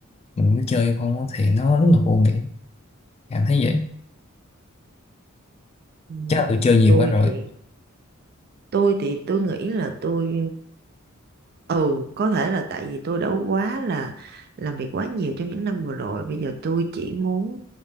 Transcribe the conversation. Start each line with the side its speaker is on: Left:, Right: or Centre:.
Left: mình cứ chơi không á thì nó rất là vô nghĩa cảm thấy vậy
Right: ừ.
Left: chắc là tôi chơi nhiều
Right: tôi
Left: quá rồi
Right: thì tôi thì tôi nghĩ là tôi ừ có thể là tại vì tôi đã quá là làm việc quá nhiều trong những năm vừa rồi bây giờ tôi chỉ muốn